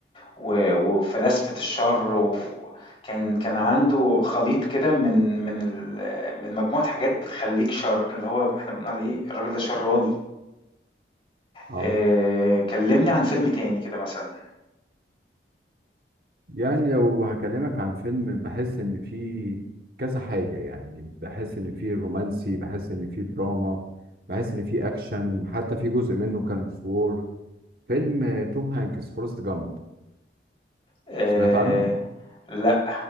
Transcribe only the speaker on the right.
اه
يعني لو هكلمك عن فيلم بحس ان فيه كذا حاجة يعني بحس ان فيه رومانسي بحس ان فيه دراما بحس ان فيه اكشن حتى في جزء منه كان في وور فيلم توم هانكس فورست جامب
سمعت عنه؟